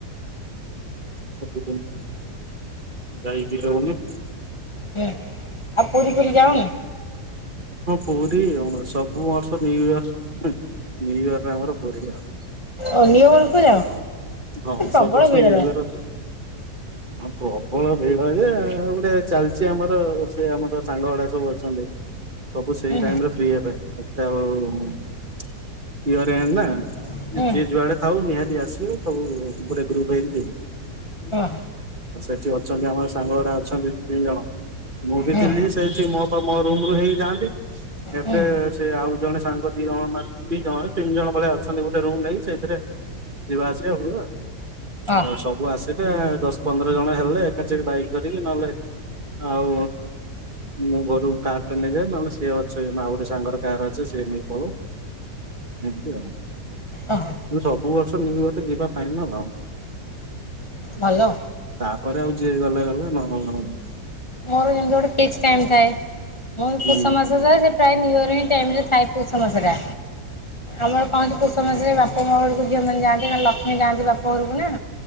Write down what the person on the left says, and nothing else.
ହଁ ଆଉ ପୁରୀ ଫୁରୀ ଯାଓନି?
ଓ ନିଉ ଇୟର କୁ ଯାଅ।
ପ୍ରବଳ
ଭିଡ଼
ରହେ
ହୁଁ
ହୁଁ
ହଁ ହଁ।
ହଁ
ହୁଁ
ହଁ
ଓହୋ
ହାଲୋ।
ମୋର ଯେମତି ଗୋଟେ ଫିକ୍ସ ଟାଇମ୍ ଥାଏ। ମୋର ପୁଷ
ମାସ ଯାଏ ସେ ପ୍ରାୟ ନ୍ୟୁୟର ହିଁ ଟାଇମରେ ଥାଏ ପୌଷ ମାସଟା। ଆମର କହନ୍ତି ପୌଷ ମାସରେ ବାପା ମା ଯୋଉ ଝିଅମାନେ ଯାଆନ୍ତି ଲକ୍ଷ୍ମୀ ଯାଆନ୍ତି ବାପା ଘରକୁ ନା